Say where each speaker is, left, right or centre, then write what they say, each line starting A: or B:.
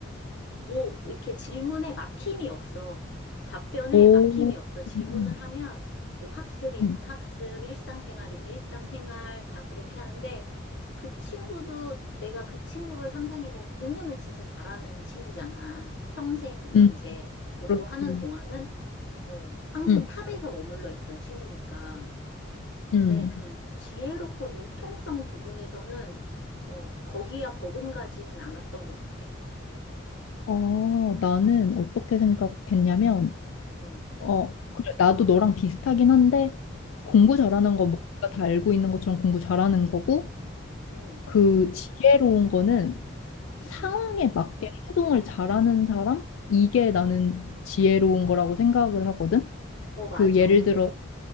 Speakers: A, on the left; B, on the left.
A: 뭐, 이렇게 질문에 막힘이 없어. 답변에
B: 오,
A: 막힘이 없어. 질문을
B: 음, 음,
A: 하면, 뭐 학습이면
B: 음,
A: 학습, 일상생활이면 일상생활, 다 그렇게 하는데, 그 친구도 내가 그 친구를 상상해보면 공부는 진짜 잘하는 친구잖아. 평생
B: 음,
A: 이제 공부하는
B: 그렇지.
A: 동안은. 어, 항상
B: 음,
A: 응, 탑에서 머물러 있던 친구니까. 근데
B: 음.
A: 응. 지혜롭고 융통성 부분에서는, 어, 거기야 버금가지는 않았던 것 같아.
B: 아, 나는 어떻게 생각했냐면,
A: 음,
B: 어, 그래, 나도 너랑 비슷하긴 한데,
A: 음,
B: 공부 잘하는 건 뭐, 우리가 다 알고 있는 것처럼 공부 잘하는 거고,
A: 음,
B: 그 지혜로운 거는 상황에
A: 음.
B: 맞게 행동을 잘하는 사람? 이게 나는 지혜로운 거라고 생각을 하거든?
A: 어, 맞아.
B: 그 예를
A: 그리고
B: 들어,
A: 얘,